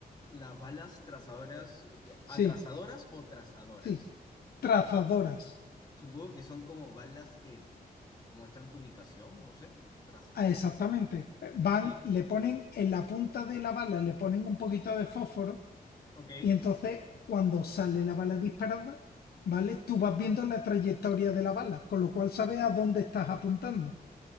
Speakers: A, on the left; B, on the left.
A: Las balas trazadoras,
B: Sí,
A: atrasadoras o trazadoras.
B: sí. Trazadoras.
A: Supongo que son como balas que muestran tu ubicación, no sé, trazadoras.
B: Ah, exactamente. Eh, Van,
A: Sí,
B: le ponen en la punta de la bala, le ponen un poquito de fósforo
A: ok.
B: y entonces cuando sale la bala disparada, ¿vale? Tú vas viendo la trayectoria de la bala, con lo cual sabes a dónde estás apuntando.